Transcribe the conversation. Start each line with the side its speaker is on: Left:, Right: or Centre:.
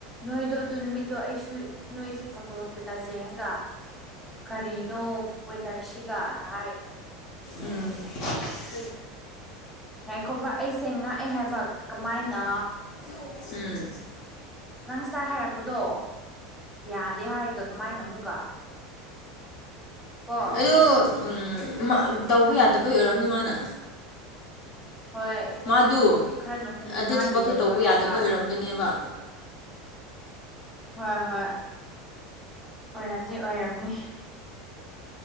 Centre: ꯅꯣꯏꯗꯣ ꯑꯗꯨ ꯅꯨꯃꯤꯠꯇꯣ ꯑꯩꯁꯨ ꯅꯣꯏ ꯐꯣꯇꯣ ꯏꯁ ꯇꯁꯌꯦꯡꯉꯥꯒ ꯀꯔꯤꯅꯣ ꯋꯦꯗꯔꯁꯤꯒꯅ ꯍꯥꯏꯔꯤꯅꯦ
Left: ꯎꯝ <unintelligible>
Centre: ꯉꯥꯏꯈꯣꯕ ꯑꯩꯁꯦ ꯉꯥꯛꯑꯦ ꯍꯥꯏꯕ ꯀꯃꯥꯏꯅ
Left: <unintelligible>
Centre: ꯅꯪ ꯉꯁꯥꯏ ꯍꯥꯏꯔꯛꯄꯗꯣ ꯌꯥꯗꯦ ꯍꯥꯏꯔꯒ ꯀꯃꯥꯏꯅ ꯑꯃꯨꯛꯀ ꯀꯣ
Left: ꯑꯗꯣ ꯎꯝ ꯇꯧꯕ ꯌꯥꯗꯕꯩ ꯑꯣꯏꯔꯝꯅꯤ ꯃꯥꯅ
Centre: ꯍꯣꯏ
Left: ꯃꯥꯗꯨ
Centre: ꯈꯔ
Left: ꯑꯗꯨ
Centre: ꯃꯥꯒꯤ
Left: ꯊꯕꯛꯇꯣ
Centre: ꯅꯦꯠꯋꯥꯔꯛ
Left: ꯇꯧꯕ
Centre: ꯀꯩꯀꯥ
Left: ꯌꯥꯗꯕ ꯑꯣꯏꯔꯝꯒꯅꯦꯕ
Centre: ꯎꯝ ꯍꯣꯏ ꯍꯣꯏ ꯑꯣꯏꯔꯝꯅꯤ ꯑꯣꯏꯔꯝꯃꯤ